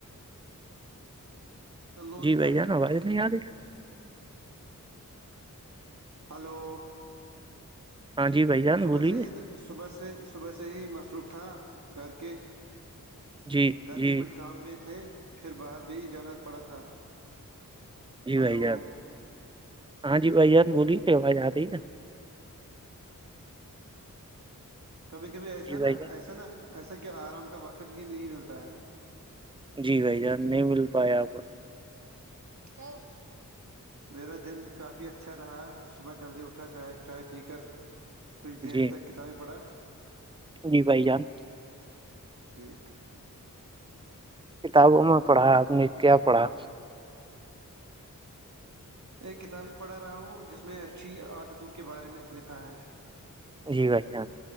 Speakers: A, on the right; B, on the right.
A: تو لوت
B: جی بھائی
A: کرر
B: جان آواز نہیں آ رہی
A: ہلو
B: ہاں جی بھائی جان
A: صبح
B: بولیے
A: سید صبح سے صبح سے ہی مصروف تھا گھر کے
B: جی
A: گھر
B: جی
A: کے کچھ کام میں تھے پھر باہر بھی جانا پڑا تھا
B: جی
A: ہلو
B: بھائی جان ہاں جی بھائی جان بولیے کیا آواز آ رہی ہے
A: کبھی کبھی ایسا
B: جی بھائی
A: نا
B: جان
A: ایسا نا ایسا کہ آرام کا وقت ہی نہیں ملتا ہے
B: جی بھائی جان نہیں مل پاائے آپ کو
A: ہ <unintelligible> میرا دن کافی اچھا رہا صبح جلدی اٹھا چائے چائے پی کر کچھ دیر
B: جی
A: تک کتابیں پڑھا
B: جی بھائی جان
A: ٹھک
B: کتابوں میں پڑھا آپ نے کیا پڑھا
A: ایک کتاب ہی پڑھا رہا ہوں جس میں اچھی عادتوں کے بارے میں لکھا ہے
B: جی بان